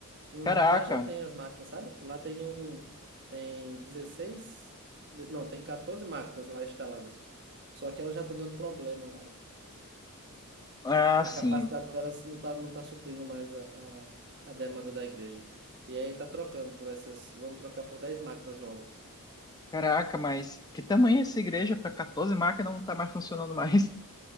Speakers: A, on the right; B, on the left.
A: Uhum,
B: Caraca.
A: Lá já tem as máquinas, sabe? Lá tem, tem 16, não, tem 14 máquinas lá instaladas. Só que elas já estão dando problema.
B: Ah,
A: A,
B: sim.
A: a capacidade delas não está não tá suprindo mais a, a, a demanda da igreja. E aí tá trocando por essas, vamos trocar por 10 máquinas novas.
B: Caraca, mas que tamanho é essa igreja para 14 máquinas não tá mais funcionando mais? <laughs>